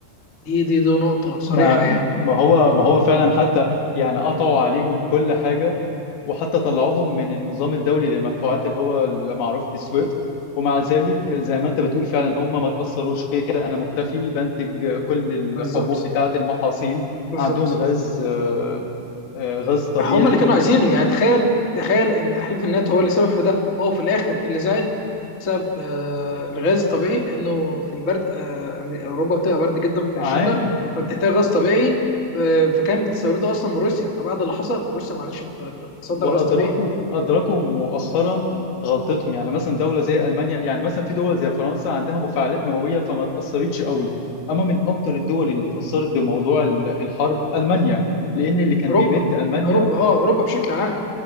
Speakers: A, on the left (about 35°); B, on the left (about 85°).
A: دي دي دي نقطة صريحة
B: ما
A: يعني
B: ما هو ما هو فعلا حتى يعني قطعوا عليهم كل حاجة وحتى طلعوهم من النظام الدولي للمدفوعات اللي هو المعروف بالسويفت ومع ذلك زي ما انت بتقول فعلا هم ما تأثروش كده كده انا مكتفي بنتج كل الحبوب
A: بالظبط
B: بتاعة المحاصيل
A: بالظبط
B: عندهم غاز آه، آه، غاز طبيعي
A: هم اللي كانوا عايزينه يعني تخيل تخيل ان حلف النات هو اللي سبب في ده وهو في الاخر اللي زعل بسبب آه، الغاز الطبيعي لانه في البرد آه، أمري- اوروبا بتبقى برد جدا في
B: عانوا
A: الشتاء فبتحتاج غاز طبيعي آه، فكان بتستورده اصلا من روسيا فبعد اللي حصل روسيا معلش بت- بتصدر
B: وأدركوا
A: غاز طبيعي
B: أدركوا مؤخرا غلطتهم يعني مثلا دولة زي ألمانيا يعني مثلا في دول زي فرنسا عندها مفاعلات نووية فما تأثرتش قوي أما من أكتر الدول اللي اتأثرت بموضوع ال- الحرب ألمانيا لأن اللي كان
A: اوروبا
B: بيمد ألمانيا
A: اوروبا اه اوروبا بشكل عام